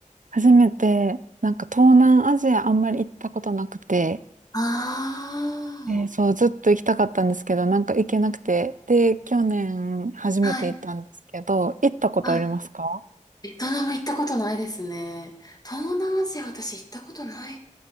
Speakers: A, on the right (about 75°); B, on the left (about 30°).
A: 初めて、なんか東南アジアあんまり行ったことなくて、
B: あ
A: えーそう、ずっと行きたかったんですけど、なんか行けなくて、で、去年初めて行ったんですけど、
B: あー、はい、
A: 行ったことありますか
B: はい。ベトナム行ったことないですね。東南アジア、私行ったことない